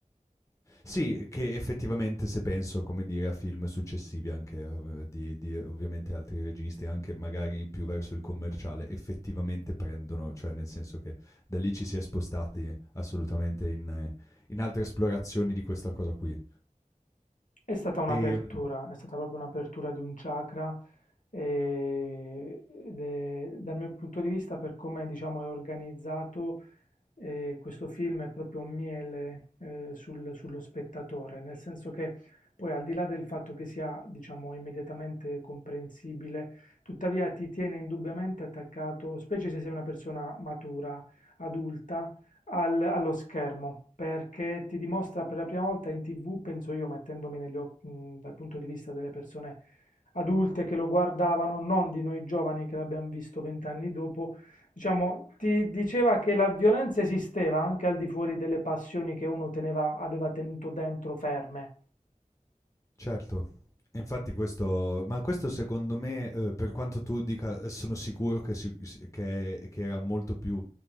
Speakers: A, on the left; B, on the left.
A: Sì, che effettivamente se penso, come dire, a film successivi anche eh, di, di ovviamente altri registi, anche magari più verso il commerciale, effettivamente prendono, cioè nel senso che da lì ci si è spostati assolutamente in, eh, in altre esplorazioni di questa cosa qui.
B: È stata un'apertura,
A: E mm,
B: è stata proprio un'apertura di un chakra e, ed è- dal mio punto di vista, per come diciamo è organizzato, e questo film è proprio un miele eh, sul- sullo spettatore, nel senso che poi al di là del fatto che sia, diciamo, immediatamente comprensibile, tuttavia ti tiene indubbiamente attaccato, specie se sei una persona matura, adulta, al- allo schermo, perché ti dimostra per la prima volta in TV, penso io, mettendomi negli occhi, mh, dal punto di vista delle persone adulte che lo guardavano, non di noi giovani che l'abbiamo visto vent'anni dopo, Diciamo, ti diceva che la violenza esisteva anche al di fuori delle passioni che uno teneva, aveva tenuto dentro ferme.
A: certo, e infatti questo, ma questo secondo me, eh, per quanto tu dica, eh, sono sicuro che, si- si- che- che era molto più